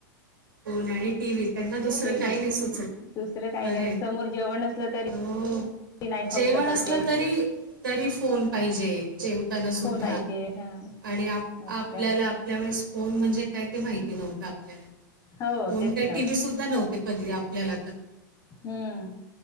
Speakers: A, on the right; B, on the left.
A: फोन आणि टी व्ही त्यांना दुसरं
B: टीव्ही
A: काही नाही सुचत.
B: दुसरं काही
A: खरंय
B: नाही समोर जेवण नसलं तरी
A: हो
B: नाही
A: जेवण
B: खाऊ शकत
A: असलं
B: ते
A: तरी तरी फोन पाहिजे जेवताना सुद्धा.
B: फोन पाहिजे हा
A: आणि आप
B: मग
A: आपल्याला
B: काय
A: आपल्या वेळेस फोन म्हणजे काय ते माहिती नव्हतं आपल्याला.
B: हो
A: फोन
B: तेच
A: काय
B: तर
A: टीव्ही सुद्धा नव्हते कधी आपल्याला तर.
B: हम्म